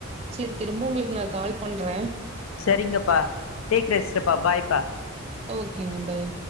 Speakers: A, on the right; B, on the left.
A: சேர் திரும்ப உங்ளுக்கு நா கால் பண்றென்
B: செரிங்கப்பா டேக் ரெஸ்டுப்பா பாய்ப்பா
A: ஓகேங்க பாய்